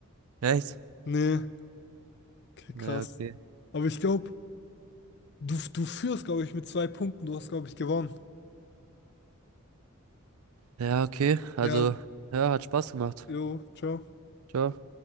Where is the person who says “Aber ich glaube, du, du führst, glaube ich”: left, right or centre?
Left